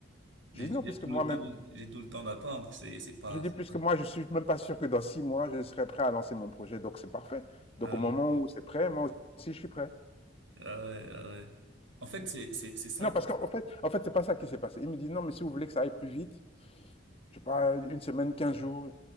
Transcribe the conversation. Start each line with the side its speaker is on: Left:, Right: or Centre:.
Right: J'ai
Left: J'ai dit non,
Right: j'ai
Left: puisque
Right: tout
Left: moi-même,
Right: le temps, j'ai tout le temps d'attendre. C'est, c'est pas.
Left: j'ai dit
Right: c'est
Left: puisque
Right: pas-
Left: moi, je suis même pas sûr que dans six mois, je serai prêt à lancer mon projet. Donc, c'est parfait. Donc,
Right: Ah
Left: au moment
Right: ouais,
Left: où c'est prêt, moi aussi, je suis prêt.
Right: ah ouais, ah ouais. En fait, c'est, c'est, c'est ça.
Left: Non, parce qu'en fait, en fait, c'est pas ça qui s'est passé. Il me dit non, mais si vous voulez que ça aille plus vite, je sais pas, une semaine, quinze jours.